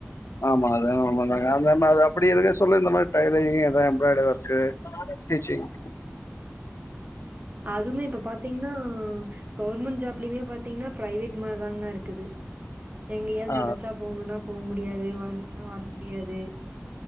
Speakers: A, on the left; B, on the right.
A: ஆமா அ தாங்க அந்த மா அது அப்டி இருக்கு சொல்ல இந்த மாரி டைலரிங் அத எம்பராய்டரி ஒர்க்கு டிச்சிங்
B: அதுமே இப்ப பாத்தீங்கன்னா கவுவர்மெண்ட் ஜாப்லயுமே பார்த்தீங்கன்னா பிர்ைவேட் மாதிரிதாங்க தான் இருக்குது எங்கேயாவது
A: ஆ
B: நினைச்சா போகணும்னா போ முடியாது வரணும் வர முடியாது